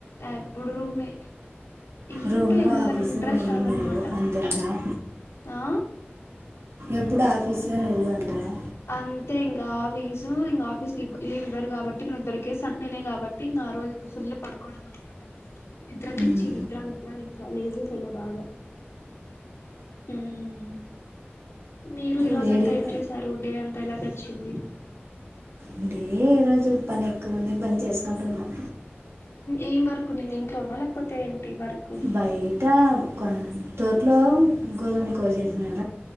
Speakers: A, on the left; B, on the right.
A: ఎప్పుడు రూమే ఏంటో
B: రూము
A: ఎల్
B: ఆఫీసు
A: ఇంట్రెస్ట్
B: నేను
A: రాదు అన్నమాట
B: నువ్వు అంతంటావా
A: ఆ
B: ఎప్పుడు ఆఫీసు లో నువ్వు అంటావా
A: అంతే ఇంకా ఆఫీసు ఇంకా ఆఫీస్ లో లీవ్ ఇవ్వరు. కాబట్టి మనాకు దొరికేది సండే నే కాబట్టి ఇంకా ఆ రోజు ఇంగా ఫుల్ పడుకునే ఉండడం అనమాట నిద్ర
B: మ్మ్.
A: పిచ్చి నిద్ర నిద్ర నిద్ర లేదు తెల్ల బాగా మ్మ్. మీరు ఈ రోజ
B: వేడిగా
A: అంతా ఏం చేశారు డే అంత ఎలా గడిచింది.
B: అంటే ఈ రోజు పని ఎక్కువ ఉంది పని చేసుకుంటున్నాం.
A: ఏం వర్క్ ఉన్నది ఇంట్లోనా లేకపోతే వర్క్
B: బయటా ఒక తోట్లో గోధుమని కోసేసినారు